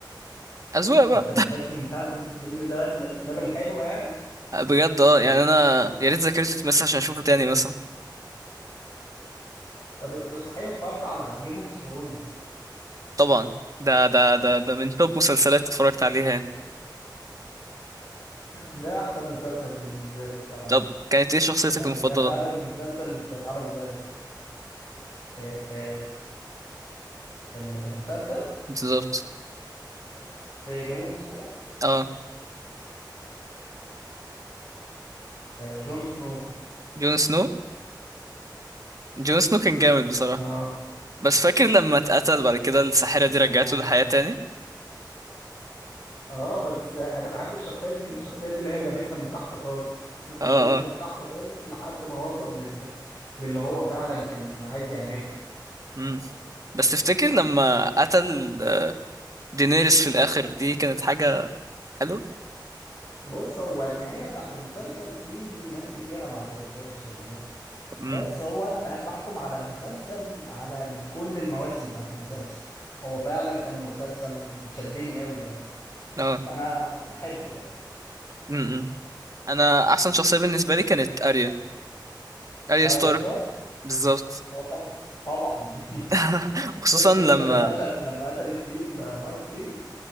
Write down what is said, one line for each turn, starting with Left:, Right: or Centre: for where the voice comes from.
Right: اذواق بقى
Left: انت بتحس ان فعلا الفيلم ده من الافلام الحلوه يعني
Right: <laughs> بجد اه يعني انا يا ريت ذاكرتي تمس عشان اشوفه تاني مثلا
Left: طب صحيح اتفرجت على جيم اوف ثرونز
Right: طبعا ده ده ده ده من توب مسلسلات اتفرجت عليها يعني
Left: ده احسن مسلسل بالنسبه لي بصراحه
Right: طب كانت ايه شخصيتك
Left: يعني
Right: المفضله
Left: ده فعلا المسلسل اللي مش هيتعمل زيه آه، في في ال- في المسلسل
Right: بالظبط
Left: في جيم اوف ثرونز
Right: اه
Left: جون سنو
Right: جون سنو جون سنو كان جامد بصراحه
Left: اه
Right: بس فاكر لما اتقتل بعد كده الساحرة دي
Left: انا
Right: رجعته للحياة تاني
Left: اه بس انا بحب الشخصيه دي ان الشخصيه دي اللي هي جابتها من تحت خالص <laughs> جابتها
Right: اه اه
Left: من تحت خالص لحد ما وصل لل... للي هو فعلا كان عايز يعمله
Right: مم. بس تفتكر لما قتل دينيريس في الاخر دي كانت حاجة حلوة
Left: بص هو النهايه بتاعت المسلسل في ناس كتيره ما عجبتهاش للامانه
Right: امم
Left: بس هو انا بح- بحكم على المسلسل على ال- كل المواسم بتاعت المسلسل هو فعلا كان مسلسل شدني قوي يعني
Right: اه
Left: فانا بحبه يعني
Right: امم انا احسن شخصية بالنسبة لي كانت اريا اريا
Left: اه
Right: ستارك
Left: يستر
Right: بالظبط
Left: هو طبعا طبعا <laughs>
Right: <laughs>
Left: شفت
Right: خصوصا لما
Left: انت المشهد لما قتلت فيه النايت كينج